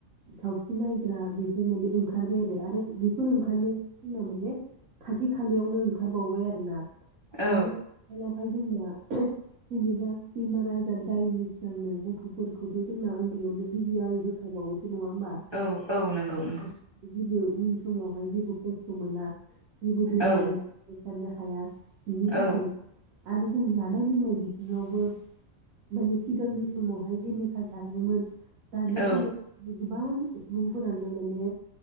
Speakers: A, on the right (about 85°); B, on the right (about 35°).
A: सावस्रि नायग्रा बेफोर माने ओंखारबाय आरो आरो बेफोर ओंखारनाय जोंना माने खाथि खालायावनो ओंखारबावबाय आरोना
B: औ
A: आरो आखालावहाय जोंना जेनेबा बेमार आजार जायैनि सिगांनो गथ'फोरखौथ' जोंना उन्दैयावनो बिजि आररि होखाबावोसै नङा होमबा
B: औ औ नंगौ नंगौ
A: जेबो उन समावहाय जेबो खस्थ' मोना जेबो बेमारजोंसारनो
B: औ
A: हा हाया बिनि थाखाय
B: औ
A: आरो जों जानाय लोंनाय बिथिंआवबो माने सिगांनि समावहाय जेनेखा जायोमोन दानि
B: औ
A: समाव गोबां सुबुंफोरानो माने